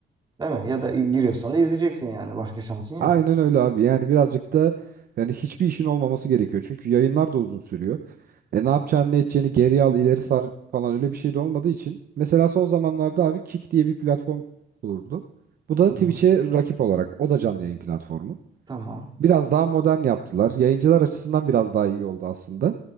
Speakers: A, on the right (about 20°); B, on the right (about 50°).
A: Değil mi? Ya da e, giriyorsan da izleyeceksin yani. Başka şansın yok.
B: Aynen öyle abi yani birazcık da yani hiçbir işin olmaması gerekiyor. Çünkü yayınlar da uzun sürüyor. E ne yapacağını ne edeceğini geri al ileri sar falan öyle bir şey de olmadığı için. Mesela son zamanlarda abi Kick diye bir platform kuruldu. Bu da
A: Hı
B: Twitch'e
A: hı.
B: rakip olarak o da canlı yayın platformu.
A: Tamam.
B: biraz daha modern yaptılar. Yayıncılar açısından biraz daha iyi oldu aslında.